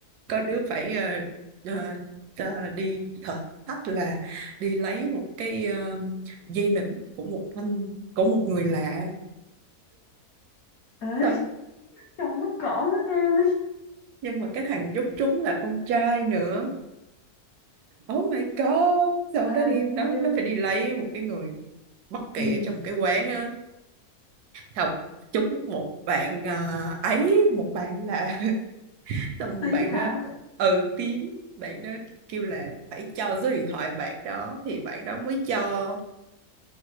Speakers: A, on the right; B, on the left.
A: có đứa phải ờ, ờ, ờ, đi thử thách là đi lấy một cái ờ, dây nịt của một anh của một người lạ
B: ê <laughs>
A: xong
B: trời ơi, mắc cỡ quá em ơi
A: nhưng mà cái thằng giúp chúng là con trai nữa oh my god sau đó
B: ê
A: đi nó
B: nhưng
A: nó phải đi lấy một cái người bất kỳ
B: ừ,
A: ở trong cái quán á học chúng một bạn ờ, ấy một bạn là <laughs> xong
B: tím
A: bạn đó
B: hả
A: ừ tím bạn đó kêu là phải cho số điện thoại bạn đó thì bạn đó mới cho